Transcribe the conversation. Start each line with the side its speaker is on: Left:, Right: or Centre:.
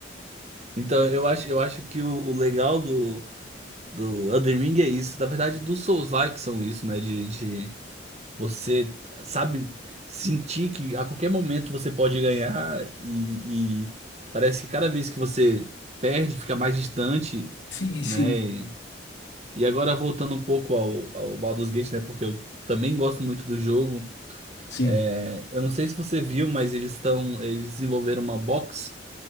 Right: Então eu acho, eu acho que o, o legal do, do Elden Ring é isso. Na verdade, dos Souls-like são isso, né? De, de você, sabe, sentir que a qualquer momento você pode ganhar e, e parece que cada vez que você perde, fica mais distante,
Left: Sim, sim.
Right: né? E agora voltando um pouco ao, ao Baldur's Gate, né? Porque eu também gosto muito do jogo.
Left: Sim.
Right: É, eu não sei se você viu, mas eles estão, eles desenvolveram uma box